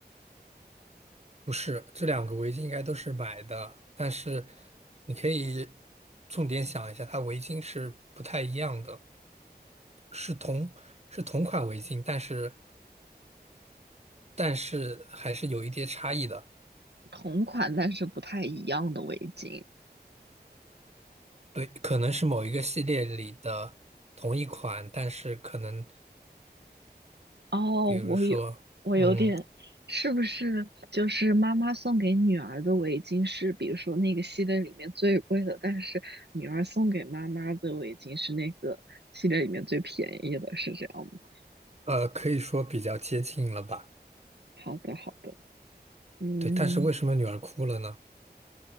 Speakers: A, on the right; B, on the right.
A: 不是，这两个围巾应该都是买的，但是你可以重点想一下，它围巾是不太一样的，是同是同款围巾，但是但是还是有一些差异的。
B: 同款但是不太一样的围巾。
A: 对，可能是某一个系列里的同一款，但是可能，
B: 哦，
A: 比如说，
B: 我有点，
A: 嗯，
B: 是不是就是妈妈送给女儿的围巾是，比如说那个系列里面最贵的，但是女儿送给妈妈的围巾是那个系列里面最便宜的，是这样吗？
A: 呃，可以说比较接近了吧？
B: 好的，好的，嗯，
A: 对，但是为什么女儿哭了呢？